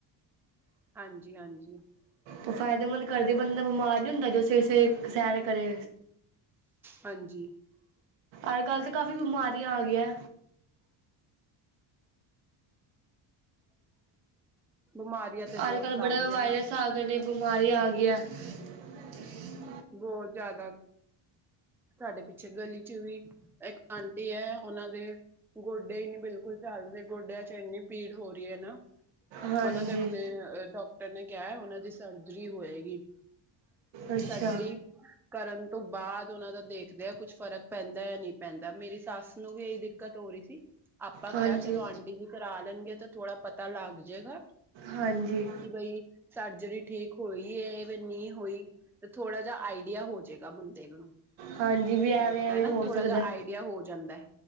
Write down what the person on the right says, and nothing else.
ਉਹ ਫਾਇਦੇਮੰਦ ਕਰਦੀ ਬੰਦਾ ਬਿਮਾਰ ਨੀ ਹੁੰਦਾ ਜੋ ਸੇ ਸੇ ਸੈਰੇ ਕਰੇ
ਅਜ ਕੱਲ ਤੇ ਕਾਫੀ ਬਿਮਾਰੀਆਂ ਆ ਗੀਏ
ਅੱਜ
ਕੱਲ
ਬੜੇ
ਵਾਇਰਸ
ਆ ਗਏ ਨੇ, ਬਿਮਾਰੀਆਂ ਆ ਗਈ <unintelligible>
ਹਾਂਜੀ
ਅੱਛਾ
ਹਾਂਜੀ
ਹਾਂਜੀ
ਹਾਂਜੀ ਵੀ ਐਵੇਂ-ਐਵੇਂ
ਹੋ
ਸਕਦੇ